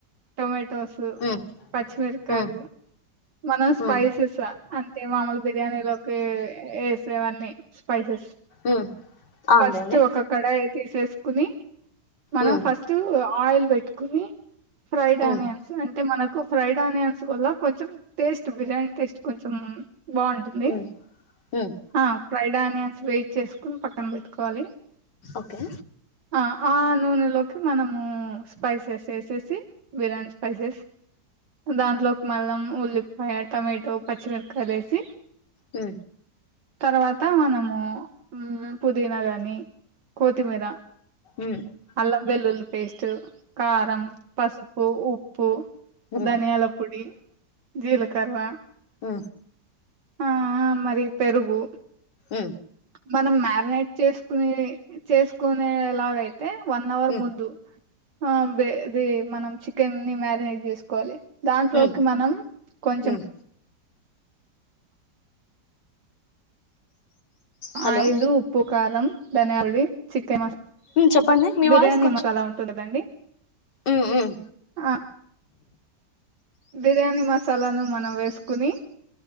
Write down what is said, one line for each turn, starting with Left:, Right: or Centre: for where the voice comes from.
Right: టొమటో టోస్
Left: ఉమ్,
Right: పచ్చిమిరకాయలు
Left: ఉమ్,
Right: మనం స్పైసెస్
Left: ఉమ్,
Right: అంటే మామలు బిర్యానీలో వేసే వని స్పైస్
Left: ఉమ్, అవునులేండి
Right: ఫస్ట్ ఒక కడాయి తీసేసుకుని మనం
Left: ఉమ్,
Right: ఫస్ట్ ఆయిల్ పెట్టుకుని ఫ్రైడ్
Left: ఉమ్,
Right: ఆనియన్స్ అంటే మన కు ఫ్రైడ్ ఆనియన్స్ వల్ల కొంచెం టేస్ట్ బిర్యానీ టేస్ట్ కొంచెం బాగుంటుంది
Left: ఉమ్, ఉమ్,
Right: ఆ ఫ్రైడ్ ఆనియన్స్ స్వే చేసుకో కుని పక్కన పెట్టుకోవాలి
Left: ఓకే
Right: ఆ ఆ నూనెలోకి మనము స్పైసెస్ వేసేసి బిర్యానీ స్పైసెస్ దాంట్లోకి అల్లం ఉల్లిపాయ టొమాటో పచ్చిమిరకాయ వేసి
Left: ఉ
Right: తర్వాత మనము ఉమ్ పుదీనా గాని కొత్తిమీర
Left: ఉమ్, ఉమ్,
Right: అల్లం వెెల్లుల్లి పేస్ట్ కారం పసుపు ఉప్పు
Left: ఉమ్
Right: ధనియాల పొడి జీలకర్ర
Left: ఉ
Right: ఆ మరి పెరుగు
Left: ఉ
Right: మనం మ్యార్నేట్ చేసుకుని చేసుకునే ఎలాగై అయితే వన్ అవర్
Left: ఉమ్
Right: ముందు హ వె ఇది మనం చికెన్ని మ్యారినేట్ చేసుకోవాలి దాంట్లోకి
Left: ఉమ్
Right: మనం కొంచం
Left: ఉమ్ హలో
Right: ఆయిలు ఉప్పు కారం ధనియాలి చికెన్ మసాలా
Left: ఉమ్ చెప్పండి మీ
Right: బిర్యానీ
Left: వాయిస్ కొంచెం
Right: మసాలా ఉంట కదా అండి
Left: ఉమ్ ఉమ్
Right: ఆ బిర్యానీ మసాలాను మనం వేసుకుని